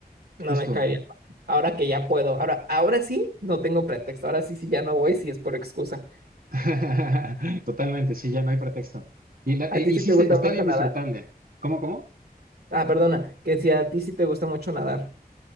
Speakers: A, on the right; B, on the right.
A: no
B: justo.
A: me caería. mal. Ahora que ya puedo, ahora, ahora sí, no tengo pretexto, ahora sí, sí, ya no voy, si es por excusa.
B: <laughs> Totalmente, sí, ya no hay pretexto. Y, la-
A: ¿A
B: y-
A: ti sí
B: y sí,
A: te
B: se-
A: gusta
B: está
A: mucho
B: bien
A: nadar?
B: disfrutable. ¿Cómo, cómo?
A: Ah, perdona, que si a ti sí te gusta mucho nadar.